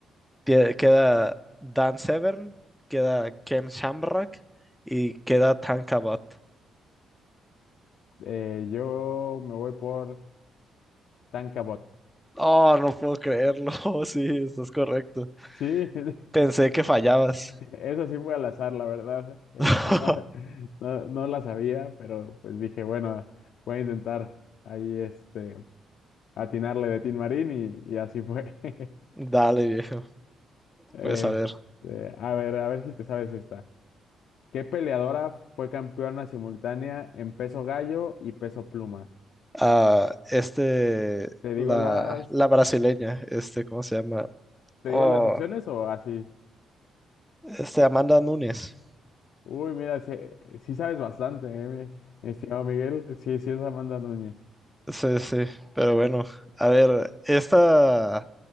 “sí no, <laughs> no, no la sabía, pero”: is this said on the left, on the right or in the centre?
Left